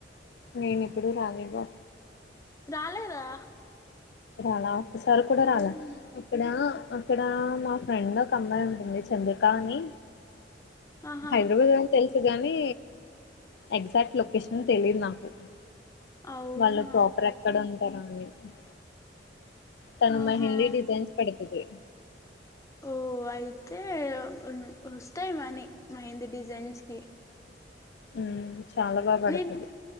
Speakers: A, on the left; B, on the left.
A: నేను ఏ ప్పుడు రాలే బా
B: రాలేదా
A: రానా ఒకసారి కూడా
B: అవును
A: రాలా ఇక్కడ ఇక్కడ మా ఫ్రెండ్ ఒక అమ్మాయి ఉంటుంది చంద్రిక అని
B: ఆహా
A: హైదరాబాద్ అని తెల్స్ గాని ఎగ్జాక్ట్ లొకేషన్ తెలియదు నాకు
B: అవునా
A: వాళ్ళ ప్రాపర్ అక్కడే ఉంటారా? <unintelligible> తను
B: ఆహా
A: నాహిందీ డిజైన్స్ పడ్ ఇదే
B: ఓ అయితే ఉన్ ఉన్స్ తే గని మెహంది డిజైన్స్ <unintelligible>
A: ఉమ్ చాలా బాగా పెడ్తాది
B: నేను